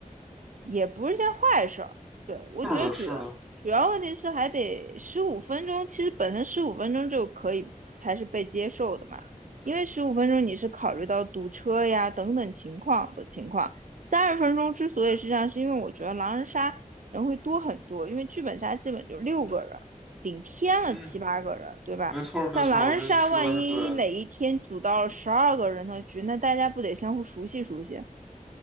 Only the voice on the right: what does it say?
也不是件坏事儿。对，我觉得主要主要问题是还得十五分钟，
其实本身十五分钟就可以才是被接受的嘛，因为十五分钟你是考虑到堵车呀等等情况的情况。三十分钟之所以是这样，是因为我觉得狼人杀人会多很多，因为剧本杀基本就六个人，顶天了七八个人，
对吧？
那狼人杀万一哪一天组到了十二个人的局，
那大家不得相互熟悉熟悉，